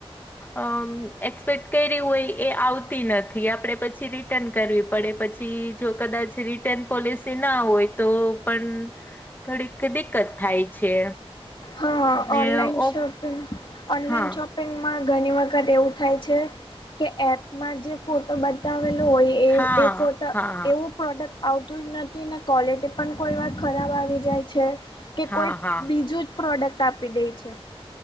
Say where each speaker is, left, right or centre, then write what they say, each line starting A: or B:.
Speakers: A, on the left; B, on the left.
A: અ એક્સપેક્ટ કર હોય એ આવતી નથી, આપડે પછી રિટર્ન કરવી પડે પછી. જો કદાચ રિટર્ન પોલિસી ના હોય તો પણ થોડીક કદી દકત થાય છે.
B: હા
A: ને
B: ઓનલાઈન શોપિંગ,
A: ઓ
B: ઓનલાઈન
A: હા
B: શોપ. શોપિંગમાં ઘણી વખત એવું થાય છે, કે એપમાં જે ફોટો બતાવેલો હોય એ
A: હા
B: એ ફોટા
A: હા
B: એવું. પ્રોડક્ટ આવતું જ નથી, અને ક્વૉલિટી પણ કોઈ વાત ખરાબ આવી જાય છે. કે
A: હા
B: કોઈ
A: હા
B: બીજું જ પ્રોડક્ટ આપી દે છે.